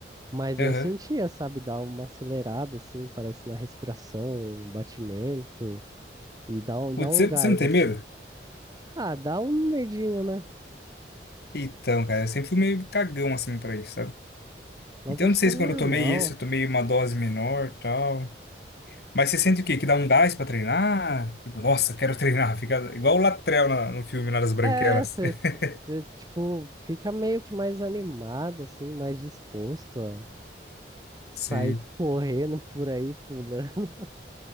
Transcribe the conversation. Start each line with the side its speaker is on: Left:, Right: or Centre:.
Right: Mas
Left: aham.
Right: eu sentia, sabe, dar uma acelerada, assim, parece na respiração, um batimento, e dá um,
Left: Putz,
Right: dá um
Left: Você
Right: gás,
Left: você não tem
Right: assim.
Left: medo?
Right: Ah, dá um medinho, né?
Left: Então, cara, eu sempre fui meio cagão assim pra isso, sabe?
Right: Mas
Left: Então,
Right: acho
Left: não sei
Right: que é normal.
Left: se quando eu tomei esse, eu tomei uma dose menor, tal. Mas você sente o quê? Que dá um gás pra treinar? Tipo, nossa, quero <laughs> treinar. Fica igual o Latrell na- no filme lá das Branquelas.
Right: É, você,
Left: <laughs>
Right: tipo, fica meio que mais animado, assim, mais disposto a sair
Left: Você
Right: correndo por aí, pulando. <laughs>